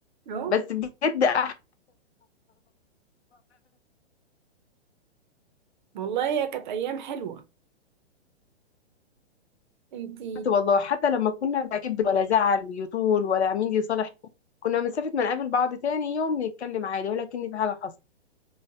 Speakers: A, on the right; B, on the left.
A: اهو
B: بس بجد احلى
A: والله هي كانت ايام حلوه انت
B: والله حتى لما كنا لا كبر ولا زعل يطول ولا مين يصالح كنا مسافة ما نقابل بعض تاني يوم نتكلم عادي ولا كأن في حاجة حصلت